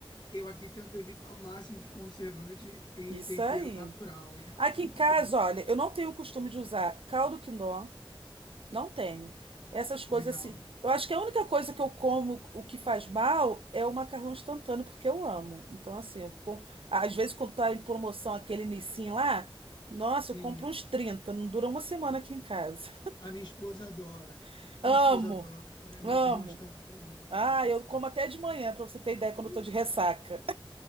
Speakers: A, on the left; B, on the right.
A: eu aqui tento evitar o máximo de conservante e
B: Isso
A: tempero
B: aí.
A: natural, o máximo
B: Aqui em
A: de
B: casa,
A: tempero natural.
B: olha, eu não tenho o costume de usar caldo quinó. Não tenho. Essas coisas
A: Legal,
B: assim. Eu acho que a única coisa que eu como o que faz mal é o macarrão instantâneo, porque eu amo. Então, assim, eu com... às vezes quando tá em promoção aquele Nissin lá, nossa,
A: sim.
B: eu compro uns 30. não dura uma semana aqui em casa.
A: A minha esposa adora,
B: <laughs>
A: a
B: Amo,
A: minha esposa adora comer
B: amo.
A: macarrão instantâneo.
B: Ah, eu como até de manhã, pra você ter ideia, quando
A: <laughs>
B: eu tô de ressaca.